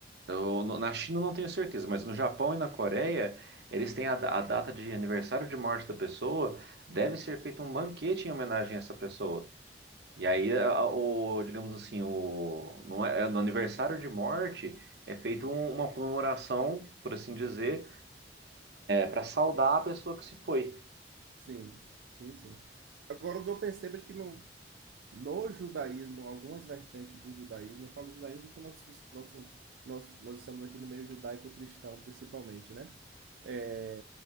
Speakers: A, on the right; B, on the right.
A: Eu- no- na China eu não tenho certeza, mas no Japão e na Coreia, eles têm a, da- a data de aniversário de morte da pessoa, deve ser feito um banquete em homenagem a essa pessoa. E aí, a- o, digamos assim, o, não é, é no aniversário de morte é feita um- uma comemoração, por assim dizer, para saudar a pessoa que se foi.
B: Sim, sim, sim. Agora, o que eu percebo é que no, no judaísmo, algumas vertentes do judaísmo, eu falo judaísmo porque nosso, nosso, nós, nós estamos aqui no meio judaico-cristão, principalmente, né? É,